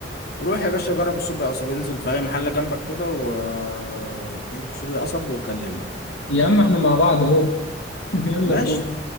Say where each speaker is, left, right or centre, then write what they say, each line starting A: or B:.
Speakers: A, on the left; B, on the left.
A: روح يا باشا جرب الصوبيا قصب انزل في اي محل جنبك كده وجيب صوبيا قصب وكلمني
B: يا عم احنا مع بعض اهو <laughs> يلا
A: ماشي
B: نروح